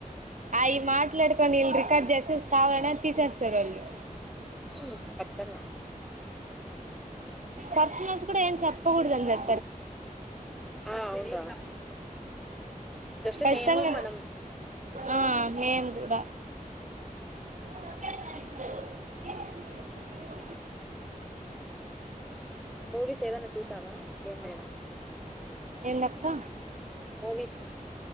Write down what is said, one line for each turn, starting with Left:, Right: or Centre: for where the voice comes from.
Right: అయి మాట్లాడుకోండి ఈళ్ రికార్డ్ చేసి కావాలనే తీసేస్తారు వాళ్ళు
Centre: ఉమ్ ఖచ్చితంగా
Right: పర్సనల్స్ కూడా ఏం చెప్పకూడదని చెప్
Centre: ఆ అవున్రా జస్ట్
Right: ఖచ్చితంగా
Centre: నేమ్ మనం
Right: ఆ మే ఇది గూడ <unintelligible>
Centre: మూవీస్ ఏదన్న చూస్ కదా ఏం లేదా
Right: ఏందక్క
Centre: మూవీస్